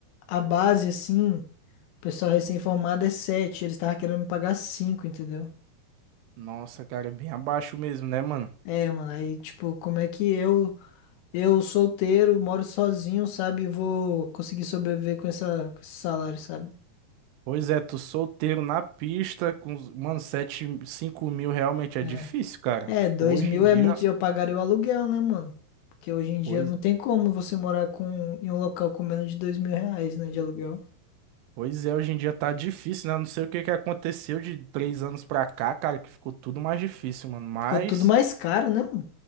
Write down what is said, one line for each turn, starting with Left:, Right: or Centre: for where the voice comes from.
Left: a base, assim, o pessoal recém-formado é sete eles estavam querendo me pagar cinco entendeu?
Right: Nossa, cara, é bem abaixo mesmo, né, mano?
Left: É, mano, aí, tipo, como é que eu, eu solteiro, moro sozinho, sabe, e vou conseguir sobreviver com essa, com esse salário, sabe?
Right: Pois é, tu solteiro na pista com, os- mano, 7 5 mil realmente é
Left: É.
Right: difícil, cara.
Left: É, dois
Right: Hoje
Left: mil
Right: em dia,
Left: é muito,
Right: as-
Left: eu pagaria o aluguel, né, mano? Porque hoje em dia
Right: pois,
Left: não tem como você morar com, em um local com menos de dois mil reais, né, de aluguel.
Right: pois é, hoje em dia tá difícil, né? Eu não sei o que que aconteceu de três anos pra cá, cara, que ficou tudo mais difícil, mano. Mas,
Left: Ficou tudo mais caro, né, mano?